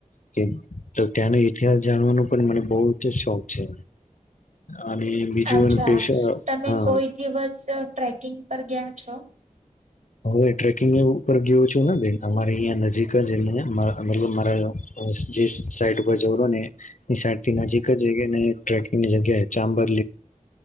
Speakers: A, on the left; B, on the right.
A: કે તો ત્યાંનો ઇતિહાસ જાણવાનો પણ મને બહ જ શોખ છે અને બીજું
B: અચ્છા
A: એ પેશ
B: તમે
A: હા
B: કોઈ દિવસ ટ્રેકિંગ પર ગયા છો
A: હવે ટ્રેકિંગ એ ઉપર ગયો છું ને બેન અમારે અહીંયા નજીક જ મતલબ મારા જે સાઈડ ઉપર જવરો ને એની સાઈડ થી નજીક જ ને ટ્રેકિંગની જગ્યા ચાંબર